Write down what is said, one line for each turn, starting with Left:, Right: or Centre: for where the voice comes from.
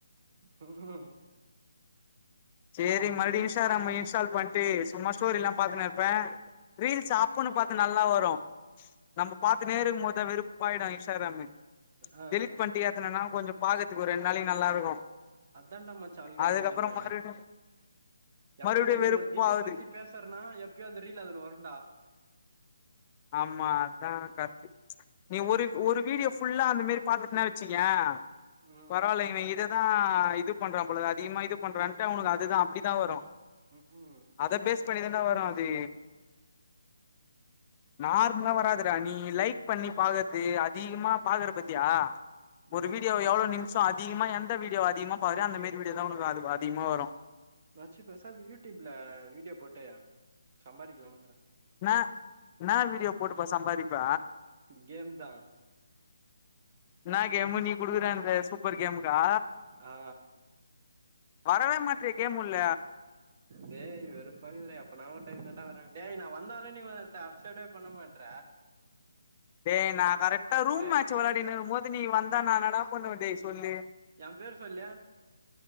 Right: உக்கும்
Left: சேரி மறுபடி இன்ஸ்டாகிராம இன்ஸ்டால் பண்ட்டு சும்மா ஸ்டோரில்லா பாத்துன்னு இருப்பே ரீல்ஸ் அப்பன்னு பாத்து நல்லா வரு நம்ம பாத்துனே இருக்கும் போத்தா வெறுப்பாயிடு இன்ஸ்டாகிராமு
Right: ஆ
Left: டெலிட் பண்ட் ட்டு ஏத்தனானா கொஞ்சம் பாக்கர்துக்கு ஒரு ரெண்டு நாளைைக்கு நல்லா இருக்கு
Right: அதான்ட மாச்சா அல்காரிதமே
Left: அதுக்கப்புறோ மறுபடி
Right: எப்பயோ
Left: மறுபடியு
Right: நீ இப்ப
Left: வெறுப்பாவுது
Right: ஒரு ஜிம்ம பத்தி பேசறன்னா எப்பயோ அந்த ரீல் அதுல வருண்டா
Left: ஆமா அத்தா கர்ட்டு நீ ஒரு ஒரு வீடியோ ஃபுல்லா அந்த மேரி பாத்துட்டுன வெச்சுக்கயே
Right: ம்
Left: பரவால்ல இவ இத தா இது பண்றா பொலது அதிகமா இது பண்றான்ட்டு அவனுக்கு அதுதா அப்டிதா வரு
Right: ம் க்கும்
Left: அத பேஸ் பண்ணிதான்டா வரு அது நார்மலா வராதுட நீ லைக் பண்ணி பாக்கற்து அதிகமா பாக்கற பத்தியா
Right: ஆமா
Left: ஒரு வீடியோ எவ்ளோ நிம்ஷோ அதிகமா எந்த வீடியோ அதிகமா பாக்கிறியோ அந்த மேரி வீடியோ தா உனக்கு அதிகமா வரு
Right: மச்சி பேசாது யூடியூப்ல வீடியோ போட்டு சம்பாரிக்கலானுகிறே
Left: னா ன்னா வீடியோ போட்டுப்பா சம்பாரிப்ப
Right: கேம் தா
Left: ன்னா கேமு நீ குடுக்கிறே அந்த சூப்பர் கேமுக்கா
Right: ஆ
Left: வரவே மாட்ரியே கேம்முள்ள
Right: டேய் வெறுப்பாகுது டா எப்ப நா ஒரு டைம் தண்டா வறே டேய் நான் வந்தாலே நீ அப்சைடு பண்ண மாட்ற
Left: டேய் நா கரெக்ட்டா ரூம்
Right: ஒரு
Left: மேட்ச்சு வெளாடினரும்போது நீ வந்தா நா ன்னாடா பண்ணுவே டேய் சொல்லு
Right: யாம் பேரு சொல்லு